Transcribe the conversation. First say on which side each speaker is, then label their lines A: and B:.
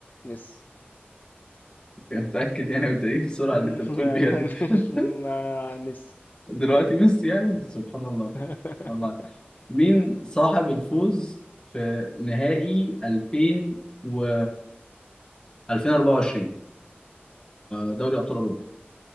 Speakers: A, on the left; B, on the left.
A: ميسي
B: <laughs> متأكد يعني وأنت إيه السرعة
A: <laughs>
B: اللي أنت بتقول
A: لا
B: بيها
A: أنا
B: دي؟
A: مش
B: <laughs>
A: مع ميسي
B: دلوقتي ميسي يعني سبحان الله
A: <laughs>
B: الله مين صاحب الفوز في نهائي 2000 و 2024 كدوري أبطال أوروبا؟